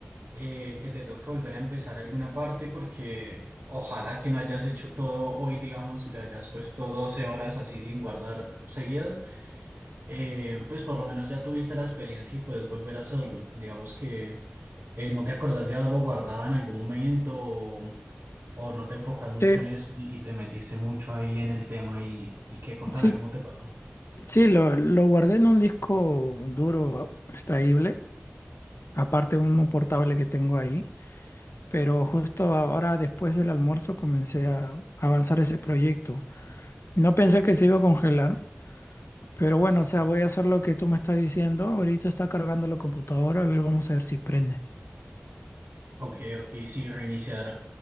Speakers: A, on the right; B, on the left.
A: eh, que te toque volver a empezar alguna parte porque ojalá que no hayas hecho todo hoy, digamos, y le hayas puesto 12 horas así sin guardar seguidas, eh, pues por lo menos ya tuviste la experiencia y puedes volver a hacerlo. Digamos que eh, no te acordás de haberlo guardado en algún momento o, o no te enfocas mucho
B: Sí.
A: en eso y, y te metiste mucho ahí en el tema y, y que contame
B: Sí,
A: cómo te pasó.
B: Sí, lo, lo guardé en un disco duro extraíble, aparte de uno portable que tengo ahí, pero justo ahora después del almuerzo comencé a avanzar ese proyecto. No pensé que se iba a congelar, pero bueno, o sea, voy a hacer lo que tú me estás diciendo. Ahorita está cargando la computadora, a ver, vamos a ver si prende.
A: Ok, ok, sí, reiniciar